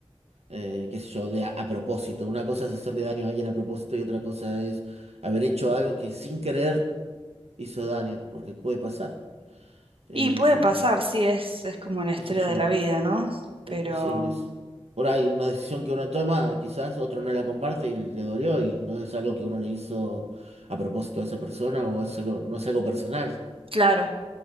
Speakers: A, on the right; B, on the right.
A: eh, qué sé yo, de a, a propósito. Una cosa es hacerle daño a alguien a propósito y otra cosa es haber hecho algo que sin querer hizo daño, porque puede pasar. Eh,
B: Y puede pasar, sí, es, es como la historia
A: qué sé yo,
B: de la vida, ¿no? Pero,
A: eh, sí, es por ahí una decisión que uno toma, quizás otro no la comparte y le dolió y no es algo que uno le hizo a propósito a esa persona o es algo- no es algo personal.
B: claro,